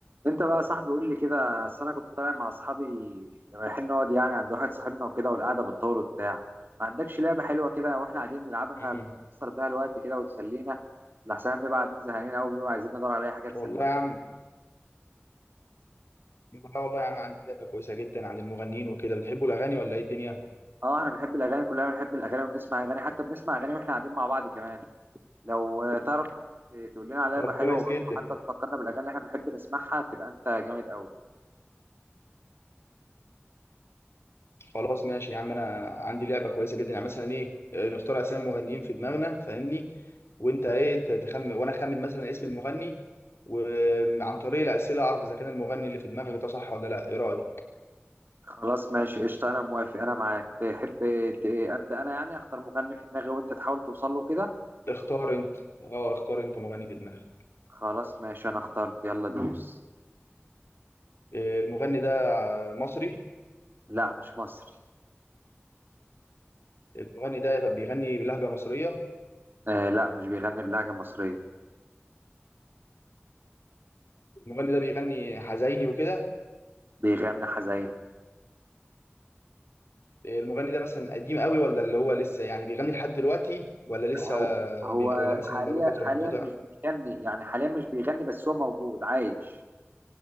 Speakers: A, on the right; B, on the left.
A: انت بقى يا صاحبي قول لي كده اصل انا كنت طالع مع اصحابي رايحين نقعد يعني عند واحد صاحبنا وكده والقعده بتطول وبتاع ما عندكش لعبه حلوه كده واحنا قاعدين نلعبها
B: مم.
A: بتكسر بيها الوقت كده وتسلينا لحسن بنبقى قاعدين زهقانين قوي بنبقى عايزين ندور على اي حاجه تسلينا
B: والله يا عم والله والله يا عم عندي لعبة كويسة جدا عن المغنيين وكده بتحبوا الأغاني ولا إيه الدنيا؟
A: اه احنا بنحب الاغاني كلنا بنحب الاغاني وبنسمع اغاني حتى بنسمع اغاني واحنا قاعدين مع بعض كمان لو آه، تعرف تقول لنا على
B: طب
A: لعبه حلوه
B: كويس
A: وحتى
B: جدا
A: تفكرنا بالاغاني اللي احنا بنحب نسمعها تبقى انت جامد قوي
B: خلاص ماشي يا عم أنا عندي لعبة كويسة جدا يعني مثلا إيه آه، نختار أسامي مغنيين في دماغنا فاهمني؟ وأنت إيه ت- تخمن وأنا أخمن مثلا اسم المغني وعن طريق الأسئلة أعرف إذا كان المغني اللي في دماغك ده صح ولا لأ إيه رأيك؟
A: خلاص ماشي قشطة أنا موافق أنا معاك تحب ت- أبدأ أنا يعني أختار مغني في دماغي وأنت تحاول توصل له كده
B: اختار أنت أه اختار أنت مغني في دماغك
A: خلاص ماشي أنا اخترت يلا دوس
B: آه، المغني ده مصري
A: لا مش مصري
B: المغني ده طب بيغني بلهجة مصرية
A: آه لا مش بيغني بلهجة مصرية
B: المغني ده بيغني حزيني وكده
A: بيغني حزين
B: المغني ده مثلا قديم قوي ولا اللي هو لسه يعني بيغني لحد دلوقتي ولا لسه
A: هو هو
B: بيغ... ولا مثلا
A: حاليا
B: بقاله فترة منقطع
A: حاليا مش بيغني يعني حاليا مش بيغني بس هو موجود عايش